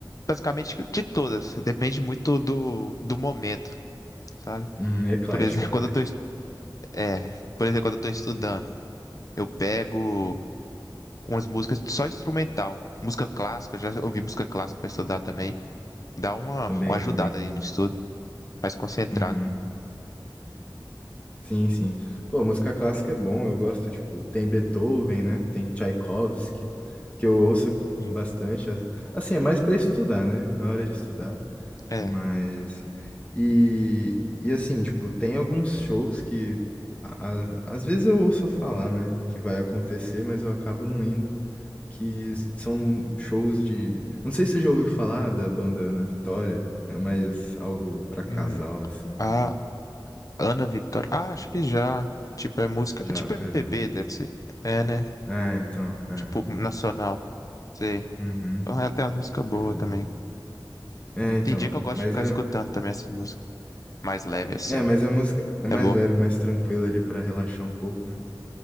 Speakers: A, on the left; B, on the left.
A: basicamente de todas. Depende muito do, do momento, sabe?
B: Uhum. é Eclético,
A: Por exemplo,
B: é eclético.
A: <laughs> quando eu tô, est- é, por exemplo, quando eu tô estudando, eu pego umas músicas só instrumental. Música clássica, já ouvi música clássica pra estudar também. Dá uma,
B: Também,
A: uma ajudada
B: também.
A: aí no estudo, mais concentrado.
B: Uhum. Sim, sim. Pô, música clássica é bom, eu gosto, tipo, tem Beethoven, né? Tem Tchaikovsky, que eu ouço
A: Hum.
B: bastante. As- Assim, é mais pra estudar, né? Na hora de estudar.
A: É.
B: Mas. E, e assim, tipo, tem alguns shows que. a- a- Às vezes eu ouço falar, né? Que vai acontecer, mas eu acabo não indo. Que são shows de. Não sei se você já ouviu falar da banda Ana Vitória. É mais algo pra casal,
A: Hum,
B: assim.
A: a Ana Vitória. Ah, acho que já. Tipo, é música.
B: Já,
A: É tipo
B: pois
A: MPB,
B: é.
A: deve ser. É, né?
B: É, então. É.
A: Tipo, nacional. Sei.
B: Uhum.
A: O Rael tem umas músicas boas
B: Pois é.
A: também.
B: É,
A: É.
B: então.
A: Tem dia que eu gosto
B: Mas
A: de ficar
B: é.
A: escutando também essas músicas mais leve assim.
B: É, mas a música é mais
A: É boa.
B: leve, mais tranquila ali pra relaxar um pouco, né?